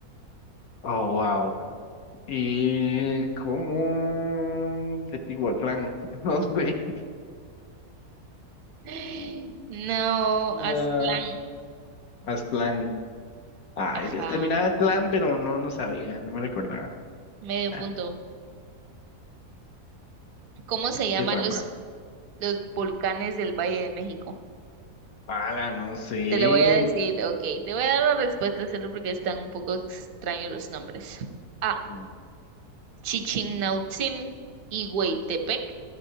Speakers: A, on the left; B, on the right.
A: Oh, wow. ¿Y cómo Teotihuacán? <laughs> No sé.
B: <gasps> No Aztlán.
A: Ah, Aztlán. Ay,
B: Ajá,
A: Dios. Terminaba clan, pero no, no sabía, no me recordaba.
B: medio
A: Ah,
B: punto. ¿Cómo se llaman
A: qué trampa.
B: los, los volcanes del Valle de México?
A: Pala, no sé.
B: Te lo voy a decir, ok, te voy a dar la respuesta solo porque están un poco extraños los nombres. A.
A: Ujú.
B: Chichinautzin y Hueytepec.